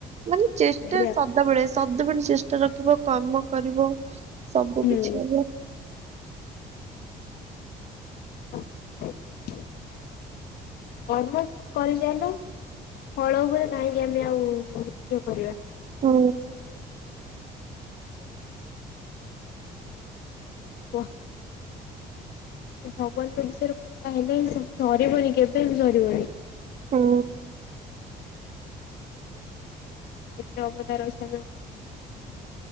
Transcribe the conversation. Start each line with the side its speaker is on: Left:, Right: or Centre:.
Right: ମାନେ ଚେଷ୍ଟା
Left: ସେଇଆ
Right: ସଦାବେଳେ ସଦାବେଳେ ଚେଷ୍ଟା ରଖିବ କର୍ମ କରିବ ସବୁ
Left: ହୁଁ
Right: କିଛି ହବ।
Left: <inaudible> କର୍ମ କରିଚାଲ ଫଳ ଉପରେ କାହିଁକି ଆମେ ଆଉ ଇଏ କରିବା।
Right: ହୁଁ
Left: ଆଉ କ କୋଉଚ କୁଅ। ଭଗବାନଙ୍କ ବିଷୟରେ କଥା ହେଲେ ସରିବନି କେବେ ବି ସରିବନି।
Right: ହୁଁ।
Left: ତାଙ୍କର କେତେ ଅବଦ ରହିଚି ଆମେ କଣ କରିପାରିବା